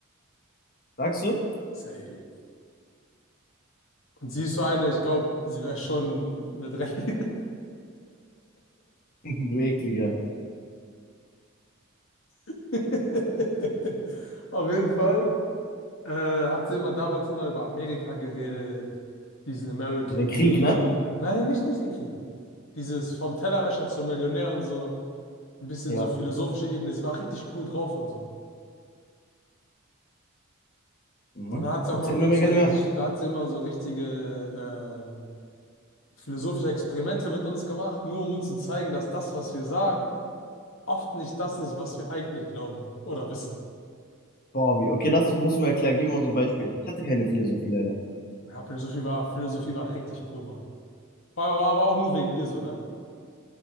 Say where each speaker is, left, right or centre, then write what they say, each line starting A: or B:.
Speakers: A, on the left (about 45°); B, on the left (about 65°).
A: Sagst du?
B: Safe. Und sie ist so eine, ich glaube, sie wäre schon eine dreckige.
A: <laughs> Du Ekliger.
B: <laughs> Auf jeden Fall. äh, hat sie immer damals immer über Amerika geredet, diesen American
A: Und den Krieg,
B: Dream.
A: ne?
B: Nein, nicht, nicht den Krieg. Dieses vom Tellerwäscher zum Millionär und so, ein bisschen
A: Ja.
B: so philosophische Ebene. Sie war richtig cool drauf und so.
A: Mhm.
B: Und da hat sie
A: Erzähl
B: auch mal mit
A: mir
B: uns
A: mal
B: so
A: gerne
B: richtig,
A: mehr.
B: da hat sie immer so richtige ähm, philosophische Experimente mit uns gemacht, nur um uns zu zeigen, dass das, was wir sagen, oft nicht das ist, was wir eigentlich glauben oder wissen.
A: Boah, wie? Okay, das musst du mir erklären. Gib mir mal so ein Beispiel. Ich hatte keine Philosophie leider.
B: Ja, Philosophie war, Philosophie war richtig cool, Mann. War, war aber auch nur wegen ihr so, ne?